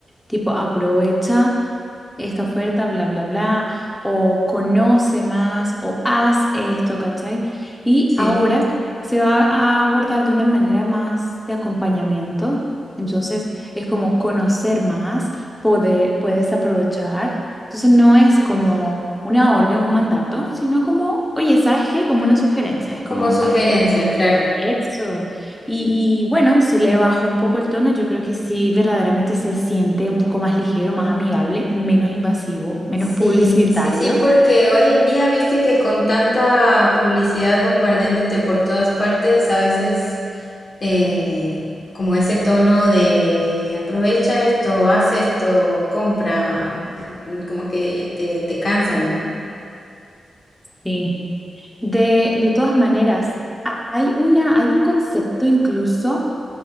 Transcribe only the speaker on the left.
sí.
Mm,
como
sugerencia,
claro.
Sí,
sí, sí, porque hoy en día, viste que con tanta publicidad bombardeándote por todas partes, a veces eh, como ese tono de aprovecha esto, haz esto, compra, eh, como que te, te cansa, ¿no?